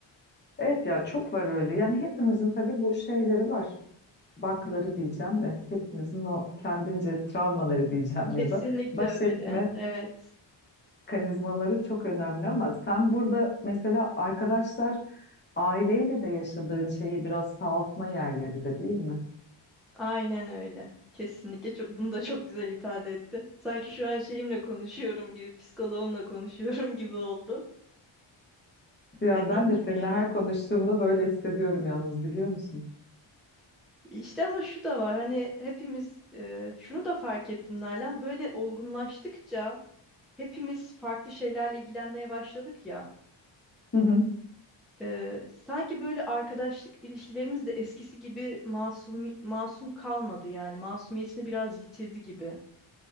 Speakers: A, on the left (about 25°); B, in the centre.
A: Evet ya çok var öyle. Yani hepimizin tabii bu şeyleri var. Bakları diyeceğim de hepimizin o kendince travmaları diyeceğim
B: Kesinlikle
A: ya da baş
B: öyle.
A: etme
B: Evet.
A: Kanizmaları çok önemli ama sen burada mesela arkadaşlar aileyle de yaşadığın şeyi biraz sağaltma yerleri de değil mi?
B: Aynen öyle. Kesinlikle çok bunu da çok güzel ifade ettin. Sanki şu an şeyimle konuşuyorum gibi, psikoloğumla konuşuyorum <laughs> gibi oldu.
A: Ya
B: Dediğin
A: ben de
B: gibi
A: seninle
B: yani.
A: her konuştuğumda böyle hissediyorum yalnız biliyor musun?
B: İşte ama şu da var hani hepimiz e, şunu da fark ettim Nalan böyle olgunlaştıkça hepimiz farklı şeylerle ilgilenmeye başladık ya
A: <laughs>
B: e, sanki böyle arkadaşlık ilişkilerimiz de eskisi gibi masum masum kalmadı yani masumiyetini biraz yitirdi gibi.